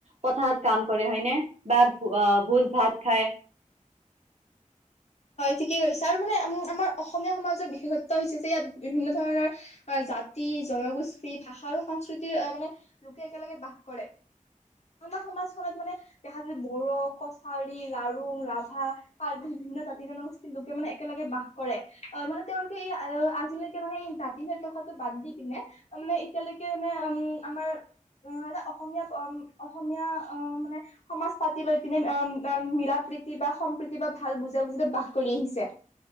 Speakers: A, on the right; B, on the left.
A: পথাৰত কাম কৰে, হয়নে? বা ভ ভোজ ভাত খাই।
B: ঠিকেই কৈছা, আৰু মানে উম, আমাৰ অসমীয়া সমাজৰ বিশেষত্ব হৈছে যে ইয়াত বিভিন্ন ধৰণৰ জাতি, জনগোষ্ঠী, ভাষা আৰু সংস্কৃতিৰ মানে লোকে একেলগে বাস কৰে। আমাৰ সমাজখনত মানে দেখা যে বড়ো, কছাৰী, লাৰুং, ৰাভা, কাৰ্বি বিভিন্ন জা জনগোষ্ঠীৰ লোকে মানে একেলগে বাস কৰে। অহ', মানে তেওঁলোকে এই আজিলৈ মানে জাতিভেদ কথাটো বাদ দি পিনে মানে এতিয়ালৈকে মানে, উম, আমাৰ অহ ', এটা অসমীয়া অসমীয়া অহ ', মানে সমাজ পাতি লৈ পিনে অহ ', মিলা প্ৰীতি বা সম্প্ৰীতি বা ভাল বুজি তেওঁ যেতিয়া বাস কৰি আহিছে।